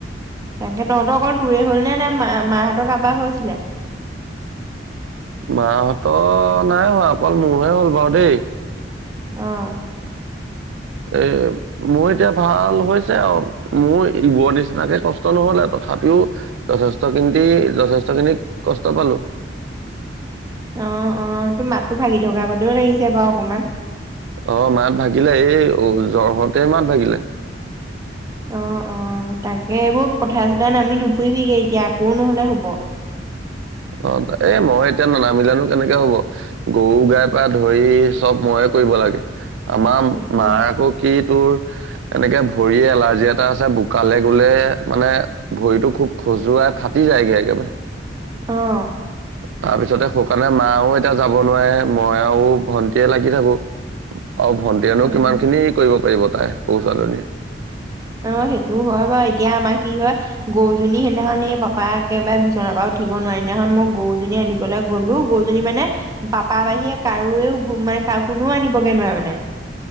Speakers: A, on the right; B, on the right.
A: তাকে তহঁতৰ অকল তোৰে হ'ল নে নাই মা মাহঁতৰ কাৰোবাৰ হৈ আছিলে?
B: মাহঁতৰ নাই হয় অকল মোৰহে হ'ল বাৰু দেই।
A: অহ ',
B: এ মই এতিয়া ভাল। হৈছে মোৰ ইবোৰৰ নিচিনাকে কষ্ট নহলে তথাপিও যথেষ্ট কিনি যথেষ্ট খিনি কষ্ট পালো।
A: অ - অ তোৰ মাততটো ভাগি থকা গতিও লাগিছে বাৰু অকমান।
B: অ, মাত ভাগিলে এই জ্বৰহতে মাত ভাগিলে।
A: অ - অ। অ, তাকে এইবোৰ পথাৰ চথাই নামি নুফুৰিবিগে এতিয়া আকৌ নহলে হব।
B: অ, এ মই এতিয়া ননামিলানো কেনেকে হব গৰু গাই প ধৰি চব মই কৰিব লাগে আমাৰ
A: সেইটো
B: মাৰ আকৌ কি তোৰ এনেকে ভৰিয় এলাৰ্জি এটা আছে বোকালে গলে মানে ভৰিতটো খুব খজোৱা ফাটি যায়গে একেবাৰে।
A: অ
B: <inaudible> তাৰপিছতে শুকানে মাও এতিয়া যাব নোৱাৰে মইও ভন্টিয়ীয়ে লাগি থাকো। আৰু ভণ্টিয়েনো
A: অ
B: কিমান খিনি কৰিব পাৰিব তাই সৰু ছোৱালী জনীয়ে।
A: অ, সেইটোও হয় বাৰু এতিয়া আমাৰ কি হয় গৰুজনী সিদিনাখন এই পাপা একেবাৰে বিচনা পৰা উঠিব নোৱাৰা দিনাখন মই গৰুজনী আনিবলৈ গ'লো গৰুজনী মানে পাপা বাহিৰে কাৰোও মানে কোনেও আনিবগজ নোৱাৰে মানে।